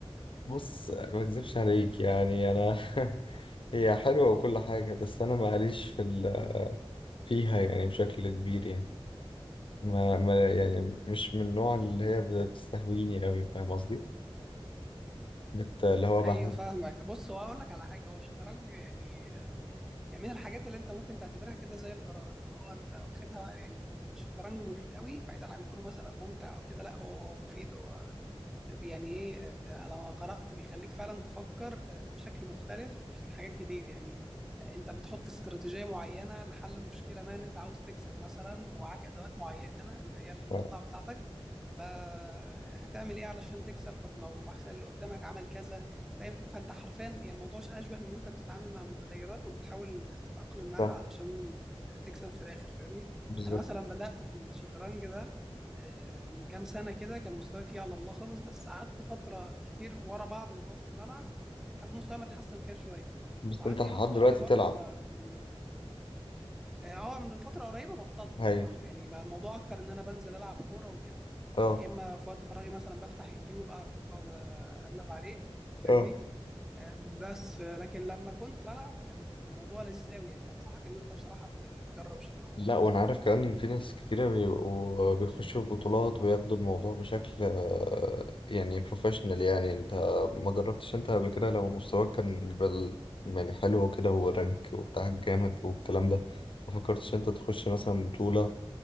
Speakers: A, on the left (about 60°); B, in the centre.
A: بص ما أكذبش عليك يعني أنا <laughs> هي حلوة وكل حاجة بس أنا معليش في ال... فيها يعني بشكل كبير يعني ما... ما يعني مش من النوع اللي هي بتستهويني أوي فاهم قصدي؟ بت... اللي هو بحس
B: ايوه فاهمك بص هو هقول لك على حاجه هو الشطرنج يعني يعني من الحاجات اللي انت ممكن تعتبرها كده زي القراءه اللي هو انت واخدها بقى، يعني الشطرنج مفيد قوي بعيدا عن كونه مثلا ممتع او كده لا هو هو مفيد هو يعني ايه آه، انا لما قرات بيخليك فعلا تفكر آه، بشكل مختلف في حاجات كتير يعني آه، انت بتحط استراتيجيه معينه لحل مشكله ما ان انت عاوز تكسب مثلا ومعاك ادوات معينه اللي هي القطع
A: صح
B: بتاعتك فهتعمل ايه علشان تكسب طب لو واحد اللي قدامك عمل كذا فاهم فانت حرفيا يعني الموضوع اشبه من ان انت بتتعامل مع متغيرات وبتحاول تتاقلم معاها
A: صح
B: علشان تكسب في الاخر فاهمني
A: بالظبط
B: انا مثلا بدات في الشطرنج ده آه، من كام سنة كده كان مستواي فيه على الله خالص بس قعدت فترة كتير ورا بعض متواصل بلعب لحد مستواي ما اتحسن فيها شوية
A: بس
B: وعندي
A: أنت لحد
B: ناس صحابي
A: دلوقتي
B: برضو
A: بتلعب
B: بقى يعني اه آه، من فترة قريبة بطلت
A: هاي
B: بصراحة يعني بقى الموضوع أكتر إن أنا بنزل ألعب كورة وكده
A: اه
B: يا إما في وقت فراغي مثلا بفتح يوتيوب أقعد أقلب عليه فاهمني
A: اه
B: آه، بس آه، لكن لما كنت بلعب كان الموضوع لذيذ قوي يعني أنصحك إن أنت بصراحة ت- تجرب شطرنج
A: لا وانا عارف كمان ان في ناس كتيرة بيبقوا بيخشوا بطولات وياخدوا الموضوع بشكل آه، يعني بروفيشنال يعني انت ما جربتش انت قبل كده لو مستواك كان بال يعني حلو كده ورانك وبتاعك جامد والكلام ده ما فكرتش انت تخش مثلا بطولة